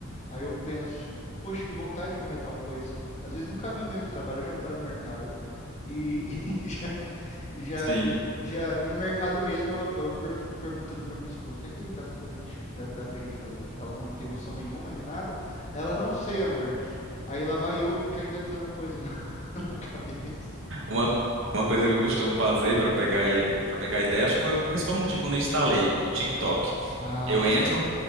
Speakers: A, on the left (about 35°); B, on the right (about 65°).
A: aí eu penso, poxa, que vontade de comer tal coisa. Às vezes no caminho mesmo do trabalho eu já paro no mercado e, <laughs> e já, E já,
B: Sim.
A: e, já, e no mercado mesmo eu, eu per- fico perguntando pra minha esposa, o que é que dá pra fazer, a gente, dá, dá pra gente fazer hoje? Ela, como não tem noção nenhuma de nada, ela não sei, amor. Aí lá vai eu ficar inventando coisa na, <laughs> na cabeça.
B: Uma, uma coisa que eu costumo fazer pra pegar,
A: Ah,
B: para pegar ideia, acho que foi o principal motivo quando eu instalei o TikTok.
A: Aham. Ah,
B: Eu entro,